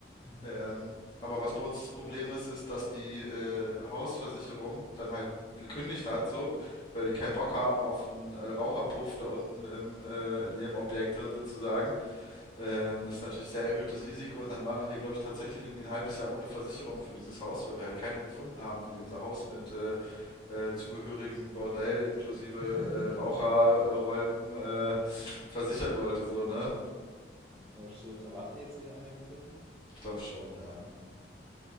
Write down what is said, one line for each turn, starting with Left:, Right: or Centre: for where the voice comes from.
Centre: Mhm.
Left: Ähm, aber was bei uns das Problem ist, ist, dass die äh, Hausversicherung dann halt gekündigt hat, so, weil die keinen Bock haben auf einen äh, Raucherpuff da unten im, äh, in ihrem Objekt drin sozusagen. Ähm, das ist natürlich sehr erhöhtes Risiko und dann waren wir hier, glaube ich, tatsächlich irgendwie ein halbes Jahr ohne Versicherung für dieses Haus, weil wir halt keine gefunden haben, die unser Haus mit äh, äh, zugehörigen Bordell inklusive
Centre: <laughs>
Left: äh, Raucherräumen äh, versichern wollte, so, ne?
Centre: oh shit. Aber habt ihr jetzt wieder einer gefunden?
Left: Ich glaube schon, ja.
Centre: Mhm.